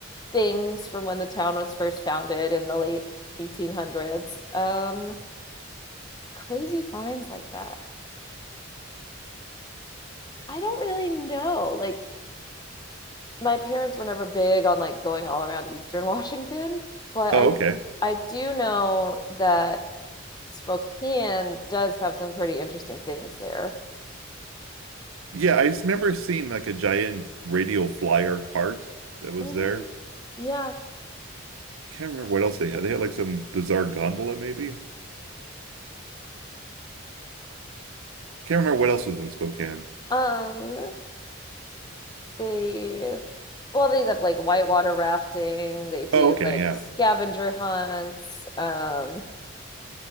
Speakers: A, on the left; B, on the right.
A: things from when the town was first founded in the late 1800s. Um, crazy finds like that. I don't really know. Like my parents were never big on like going all around Eastern <laughs> Washington, but
B: Oh
A: I
B: okay
A: I do know that Spokane does have some pretty interesting things there.
B: Yeah, I s- remember seeing like a giant radial flyer cart that was
A: hmm
B: there.
A: Yeah.
B: Can't remember what else they had. They had like some bizarre gondola, maybe. Can't remember what else was in Spokane.
A: Um, they well, they have like whitewater rafting, they do
B: Oh, okay,
A: like
B: yeah.
A: scavenger hunts. Um,